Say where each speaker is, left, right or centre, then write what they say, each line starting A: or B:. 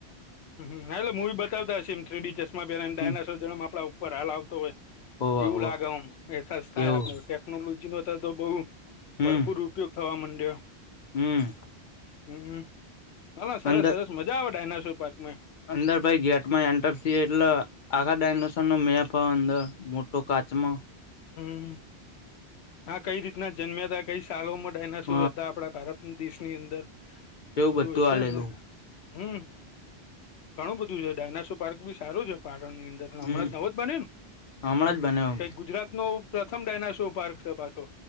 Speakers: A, on the left; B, on the left.
A: હ એટલે મૂવી બતા હશે એમ થ્રીડી ચેસમાં પેલા ડાયનાસોર
B: હમ
A: જેમ આપણા ઉપર હાલ આવતો હોય
B: હોવ
A: એવું
B: હોવ
A: લાગેમ એસાસ થાય
B: એવું
A: આપડે ટેકનોલોજી નો તો તો બઉ
B: હમ
A: ભરપૂર ઉપયોગ થવા માંડ્યો
B: હમ
A: હમ ના ના સરસ
B: અંદર
A: સરસ મજા આવે ડાયનેશર પાર્કમાં
B: અંદર પાઈ ગેટ માં એન્ટર થ એટલે આખા ડાયનોસોર નો મેપ અંદર મોટો કાચમાંો
A: હમ હા કઈ રીતના જન્મ્યા હતા કઈ સાલોમ ડ એના
B: હ
A: શર હતા આપડા ભારત દિવસની અંદર
B: એવું
A: એ બધું હય છે
B: આલેલું
A: અંદર હમ ઘણું બધું છે ડાયનાસો પાર્ક બી સારું છે પાણની અંદર હમણાં
B: હમ
A: જ નવો જ બને ને
B: હમણાં જ બન્યો
A: કઈ ગુજરાત ન પ્રથમ ડાયનાસોર પાર્ક છે પાછો